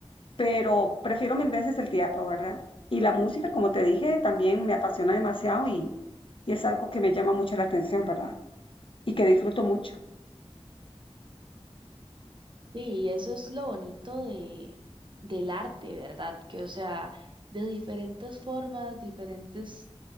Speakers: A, on the left (about 55°); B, on the right (about 50°).
A: pero prefiero mil veces el teatro, ¿verdad? Y la música, como te dije, también me apasiona demasiado y, y es algo que me llama mucho la atención, ¿verdad? y que disfruto mucho.
B: Sí, y eso es lo bonito de, del arte, ¿verdad? Que, o sea, de diferentes formas, diferentes